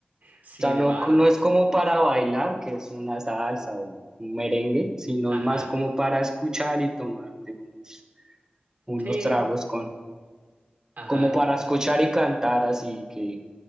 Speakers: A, on the right (about 65°); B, on the right (about 20°).
A: Sí,
B: sea,
A: de
B: no,
A: bar.
B: no es como para bailar, que es una salsa o un merengue, sino
A: Ajá.
B: es más como para escuchar y tomarte unos, unos
A: Sí.
B: tragos con,
A: Ajá.
B: como para escuchar y cantar, así que,